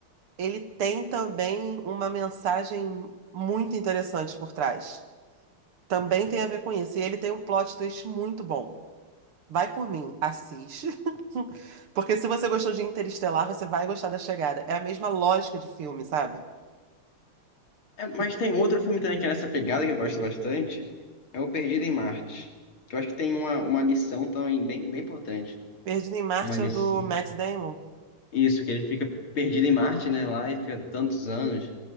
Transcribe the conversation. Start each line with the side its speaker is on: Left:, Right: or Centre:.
Right: ele tem também uma mensagem muito interessante por trás. Também tem a ver com isso. E ele tem um plot twist muito bom. Vai por mim, assiste. Porque se você gostou de Interestelar, você vai gostar da Chegada. É a mesma lógica de filme, sabe?
Left: É, mas
Right: E
Left: tem outro filme também que é nessa pegada que eu gosto bastante, é o Perdido em Marte. Que eu acho que tem uma, uma lição também bem, bem importante.
Right: Perdido em Marte
Left: Uma lição.
Right: é o do Matt Damon,
Left: Isso, que ele fica perdido em Marte, né? Lá e fica tantos anos.